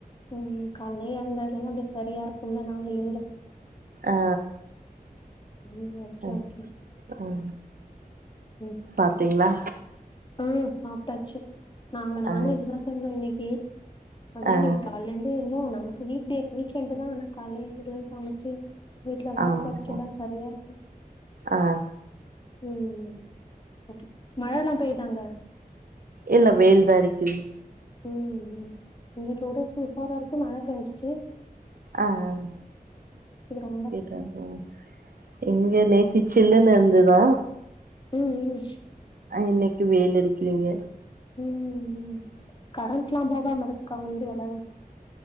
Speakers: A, on the left; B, on the right.
A: ம் காலைல்ல எழுந்ததிலிருந்து அப்படியே சரியா இருக்கோ உன்ன நான் எழுந்து
B: ஆ
A: ம். Okay,
B: ஆ
A: okay. ம்
B: பாத்தீங்களா
A: ம் சாப்ட்டாச்சு நாங்க நான்வெஜ்தா
B: ஆ
A: செஞ்சோ இன்னக்கி ஏன் அதா
B: ஆ
A: இன்னக்கி கால்ல இருந்து இன்னு நமக்கு வீக் டே வீக் எண்டுதா ஆன கால்ல எந்திச்சத்துல இருந்து சமச் சேரி வீட்ல எதா
B: ஆமா
A: ஒர்க் பாத்துட்டு இருந்தா சரியா இருக்கு
B: ஆ
A: ம் ம் ஓகே மழல்லாம் வ
B: இல்ல வெயில் தா அடிக்குது
A: ம் உம் <unintelligible> வரைக்கும் மழ பேஞ்சுச்சு
B: ஆஹ்
A: ரொம்ப
B: <inaudible> இங்க நேத்தி சில்லுன்னு இருந்துதா
A: உம் உம்
B: இன்னைக்கு வெயில் அடிக்கலீங்க
A: உஹம் உம் கரண்ட் எல்லா போகாம இருக்கா உங்க ஏரியால